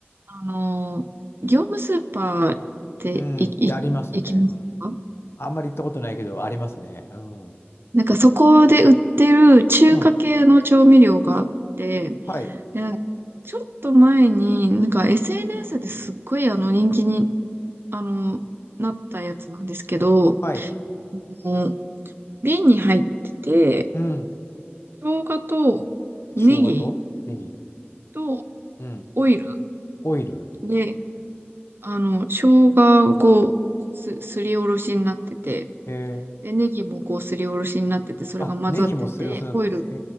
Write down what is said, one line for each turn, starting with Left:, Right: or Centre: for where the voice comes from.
Right: あの、業務スーパーってい、
Left: うん、ってありますね。
Right: い、行きますか
Left: うん。あんまり行ったことないけど、ありますね。うん。う
Right: なんかそこで売ってる中華系の調味料があって、
Left: ん。はい。
Right: でなんかちょっと前に、なんか SNS ですっごいあの人気に、あの、なったやつなんですけど、
Left: はい。
Right: の瓶に入ってて、
Left: うん。
Right: 生姜とネギ
Left: 生姜とネギ。
Right: と
Left: うん。
Right: オイル
Left: オイル。
Right: で、あの、生姜をこう、す、すりおろしになってて、
Left: えー。
Right: で、ネギもこうすりおろしになってて、それが混ざってて、
Left: あ、ネギもすりおろしになってるね。
Right: オイル。
Left: え